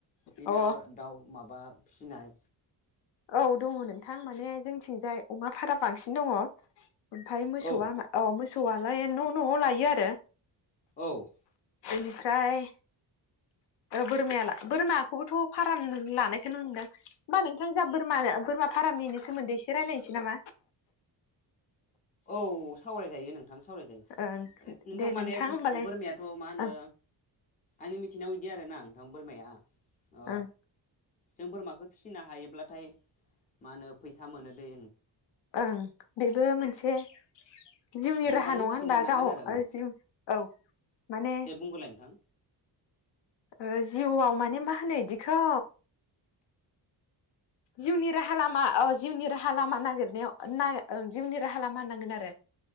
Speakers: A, on the left (about 20°); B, on the left (about 70°).
A: बिदिनो
B: अ
A: दाउ माबा फिनाय
B: औ दङ नोंथां माने जोंथिंजाय अमा फाराम बांसिन दंङ। ओमफ्राय मोसौआ
A: औ
B: मा अ मोसौ सौआलाय न' न'आव लायो आरो।
A: औ।
B: बेनिफ्राय बोरमाया ला बोरमाखौबोथ' फाराम लानायखौनो नुदों होमबा नोंथां जा बोरमा ला बोरमा फारामनि सोमोन्दै एसे रायज्लायनोसै नामा?
A: औ सावराय जायो नोंथां। सावराय जायो
B: ओं
A: नोंथां
B: दे
A: माने
B: होमबालाय
A: बोरमायाथ' मा होनो
B: ओं
A: आंनि मिथिनायाव बिदि आरो ना नोंथां बोरमाया ओ
B: ओं।
A: जों बोरमाखौ फिसिनो हायोब्लाथाय मा होनो फैसा मोनो दे
B: ओं बेबो मोनसे जिउनि
A: मोजाङै
B: राहा नङा
A: फिसिनो
B: होनबा
A: हानांगोन
B: गाव
A: आरो औ
B: जिव औ माने
A: दे बुंगोरलाय नोंथां
B: ओ जिउआव माने मा होनो इदिखौ जिउनि राहा लामा ओ जिउनि राहा लामा नागिरनायाव नागि ओ जिउनि राहा लामा होननांगोन आरो।